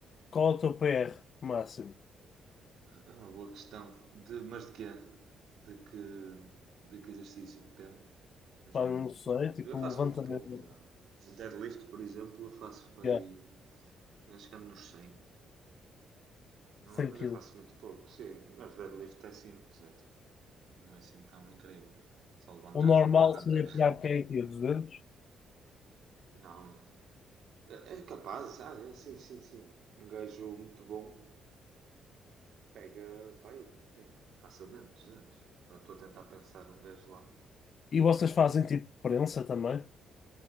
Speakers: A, on the left; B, on the right.
A: qual é o teu PR máximo?
B: É uma boa questão. De, mas de quê? De que, de que exercício? Depende. Imagina.
A: Pá, não sei, tipo
B: Eu faço
A: um levantamento
B: muito pouco, meu. Deadlift, por exemplo, eu faço para aí.
A: de
B: Acho que ando nos 100. Não,
A: 100
B: mas
A: quilos.
B: eu faço muito pouco, sim. Mas deadlift é simples, é tipo. Não é assim tão incrível. Só levantares
A: O normal
B: a barra
A: seria
B: até.
A: pegar quem aqui, 200?
B: <laughs> Não. É é capaz, ah, é, sim, sim, sim. Um gajo muito bom pega para aí, sim. Facilmente, 200. Agora estou a tentar pensar num gajo lá.
A: E vocês fazem tipo prensa também?